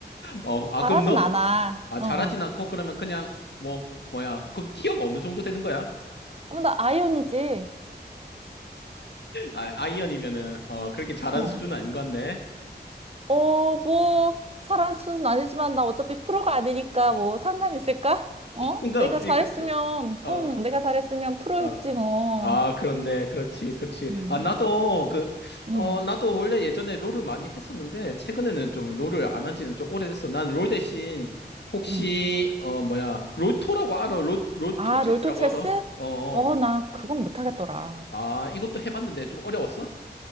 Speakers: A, on the left; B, on the right.
A: 어, 아,
B: 잘하진
A: 그럼 너,
B: 않아.
A: 아,
B: 어,
A: 잘하진
B: 어.
A: 않고, 그러면 그냥, 뭐, 뭐야. 그럼 티어가 어느 정도 되는 거야?
B: 어, 나 아이언이지.
A: 아, 아이언이면은, 어, 그렇게 잘하는
B: 어.
A: 수준은 아닌 것 같네.
B: 어, 뭐, 잘한 수준 아니지만 나 어차피 프로가 아니니까 뭐 상관 있을까? 어?
A: 상관없지,
B: 내가 잘했으면,
A: 그렇지. 어,
B: 응, 내가 잘했으면 프로
A: 어.
B: 했지 뭐.
A: 아, 그렇네. 그렇지, 그렇지.
B: 음,
A: 아, 나도, 그,
B: 음,
A: 어, 나도 원래 예전에 롤을 많이 했었는데, 최근에는 좀 롤을 안 한 지는 좀 오래됐어. 난 롤 대신, 혹시,
B: 음.
A: 어, 뭐야. 롤토라고 알아? 롤, 롤토
B: 아,
A: 체스라고
B: 롤토 체스?
A: 알아? 어, 어.
B: 어, 나 그건 못하겠더라.
A: 아, 이것도 해봤는데 좀 어려웠어?